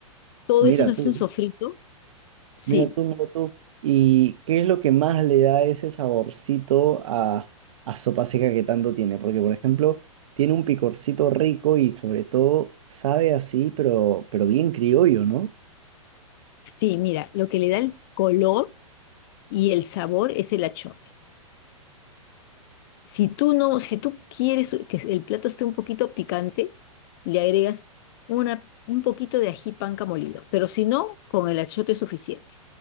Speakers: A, on the left; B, on the right.
A: Todo
B: Mira
A: eso se
B: tú,
A: hace un sofrito. Sí,
B: mira tú, mira tú. ¿Y qué es lo que más le da ese saborcito a, a sopa seca que tanto tiene? Porque, por ejemplo, tiene un picorcito rico y sobre todo sabe así, pero, pero bien criollo, ¿no?
A: Sí, mira, lo que le da el color y el sabor es el achote. Si tú no, si tú quieres que el plato esté un poquito picante, le agregas una, un poquito de ají panca molido, pero si no, con el achote es suficiente.